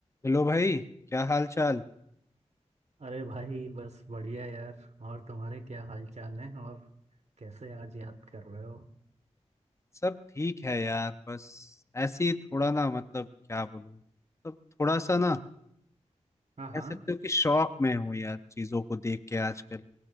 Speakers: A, on the left; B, on the right.
A: Hello भाई क्या हाल चाल
B: अरे भाई बस बढ़िया यार और तुम्हारे क्या हाल चाल है और कैसे आज याद कर रहे हो
A: सब ठीक है यार बस ऐसे ही थोड़ा ना मतलब क्या बोलूं तो थोड़ा सा ना
B: हाँ हाँ
A: कह सकते हो कि शौक में हूँ यार चीजों को देख के आजकल